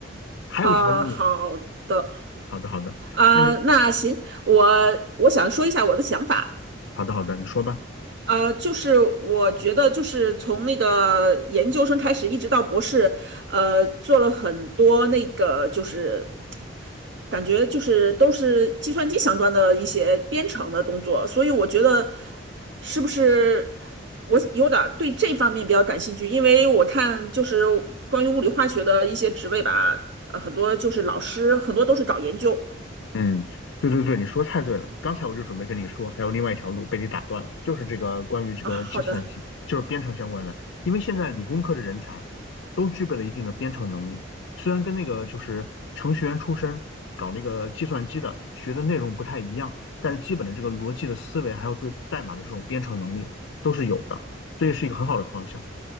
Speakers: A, on the left; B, on the right.
A: 还有一条路，
B: 啊、呃好的
A: 好的好的，
B: 啊、
A: 但是
B: 呃那行，我我想说一下我的想法。
A: 好的好的，你说吧。
B: 呃，就是我觉得，就是从那个研究生开始，一直到博士，呃，做了很多那个就是感觉就是都是计算机相关的一些编程的工作，所以我觉得是不是我有点儿对这方面比较感兴趣，因为我看就是关于物理化学的一些职位吧，呃，很多就是老师，很多都是搞研究
A: 嗯，对对对，你说太对了。刚才我就准备跟你说，还有另外一条路被你打断了，就是这个关于这个计算机，
B: 啊。好的，
A: 就是编程相关的。因为现在理工科的人才都具备了一定的编程能力，虽然跟那个就是程序员出身搞那个计算机的学的内容不太一样，但是基本的这个逻辑的思维，还有对代码的这种编程能力都是有的，所以是一个很好的方向。